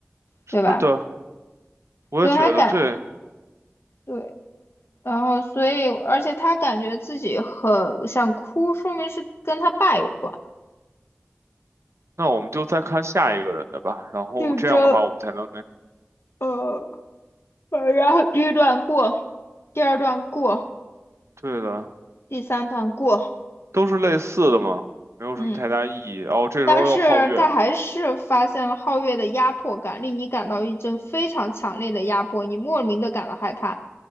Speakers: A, on the right; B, on the left.
A: 是的，
B: 对吧？
A: 我也觉得对。
B: 所以他感，对，然后所以，而且他感觉自己很想哭，说明是跟他爸有关，
A: 那我们就再看下一个人的吧，然后这样的话我们才能那，
B: 就这，呃，呃然后第一段过，第二段过，
A: 对的，
B: 第三段过，
A: 都是类似的嘛，没有什么太大意义。
B: 嗯。
A: 哦，这时候又皓月，
B: 但是他还是发现了皓月的压迫感，令你感到一阵非常强烈的压迫，你莫名的感到害怕。